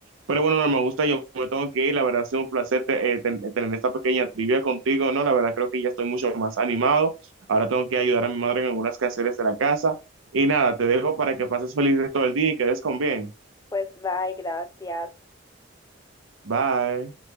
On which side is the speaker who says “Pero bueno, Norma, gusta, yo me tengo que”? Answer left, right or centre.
Right